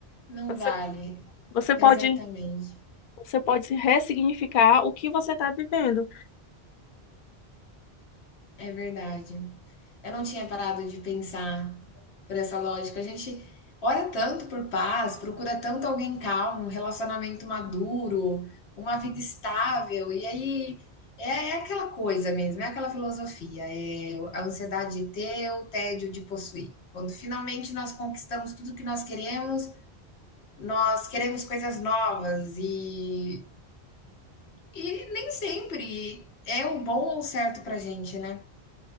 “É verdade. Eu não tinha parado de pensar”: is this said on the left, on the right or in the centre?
Left